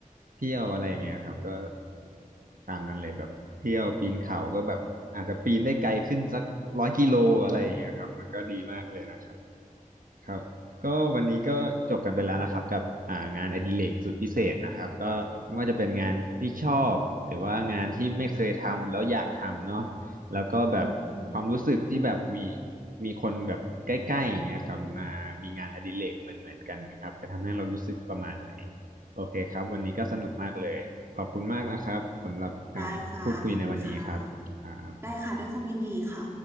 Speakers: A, on the right (about 75°); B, on the right (about 20°).
A: เที่ยวอะไรอย่างเงี้ยครับก็ตามนั้นเลยแบบเที่ยวปีนเขาก็แบบอาจจะปีนได้ไกลขึ้นสักร้อยกิโลอะไรอย่างเงี้ยครับมันก็ดีมากเลยนะครับ ครับก็วันนี้ก็จบกันไปแล้วนะครับกับอ่างานอดิเรกสุดพิเศษนะครับก็ไม่ว่าจะเป็นงานที่ชอบหรือว่างานที่ไม่เคยทำแล้วอยากทำเนาะแล้วก็แบบความรู้สึกที่แบบมี
B: อืม
A: มีคนแบบใกล้ๆอย่างเงี้ยครับมามีงานอดิเรกเหมือนเหมือนกันครับจะทำให้เรารู้สึกประมาณไหนโอเคครับวันนี้ก็สนุกมากเลยขอบคุณมากนะครับสำหรับการพูดคุยในวันนี้ครับครับ
B: อืมได้ค่ะขอบคุณค่ะได้ค่ะด้วยความยินดีค่ะ